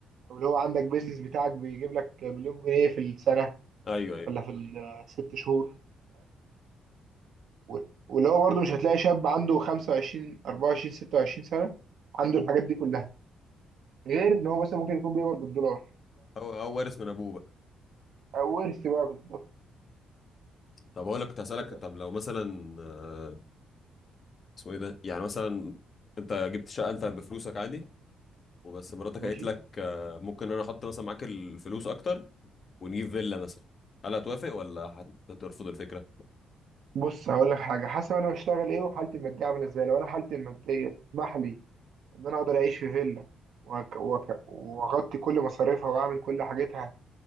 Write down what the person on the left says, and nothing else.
أيوه أيوه
هو هو وارث من أبوه بقى
طب أقول لك كنت هسألك
طب لو مثلا آه، اسمه ايه ده يعني مثلا انت جبت شقه انت بفلوسك عادي وبس مراتك
قالت لك آه، ممكن انا احط مثلا معاك الفلوس اكتر ونجيب فيلا مثلا هل هتوافق ولا هت- هترفض الفكره